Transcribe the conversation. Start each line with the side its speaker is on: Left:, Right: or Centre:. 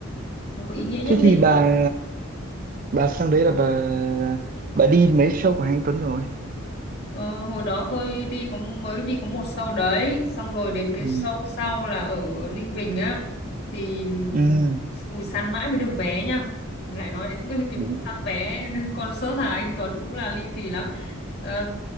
Left: nó có ý nghĩa nhất
Right: Thế
Left: định
Right: thì bà bà sang đấy là bà bà đi mấy show của Hà anh Tuấn rồi
Left: Ờ, hồi đó tôi đi có mới đi có một show đấy xong rồi đến cái
Right: ừ
Left: show sau là ở Ninh Bình á thì ừm,
Right: ừ
Left: ui săn mãi mới được vé nha lại nói đến <laughs> cái
Right: ừ
Left: vụ săn vé <laughs> concert Hà Anh Tuấn cũng là ly kỳ lắm Ờ,